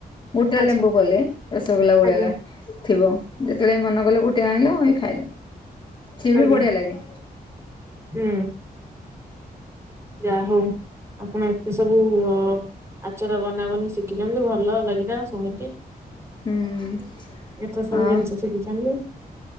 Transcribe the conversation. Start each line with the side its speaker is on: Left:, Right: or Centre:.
Left: ଗୋଟା
Right: ଆଚ୍ଛା
Left: ଲେମ୍ବୁ କଲେ ରସଗୋଲା ଭଳିଆ
Right: ଆଜ୍ଞା
Left: ଲାଗୁଥିବ ଯେତେବେଳେ ମନ ଗଲ ଗୋଟେ ଆଣିଲ ହେ ଖାଇଲ ସିଏ
Right: ଆଜ୍ଞା
Left: ବି ବଢ଼ିଆ ଲାଗେ।
Right: ହୁଁ। ଯାହା ହଉ ଆପଣ ଏତେ ସବୁ ଅ ଆଚାର ବନାବନି ଶିଖିଛନ୍ତି ଭଲ ଲାଗିଲା ଶୁଣିକି।
Left: ହୁଁ।
Right: ଏଥର ସବୁ
Left: ହଁ।
Right: ଜିନିଷ ଶିଖୁଛନ୍ତି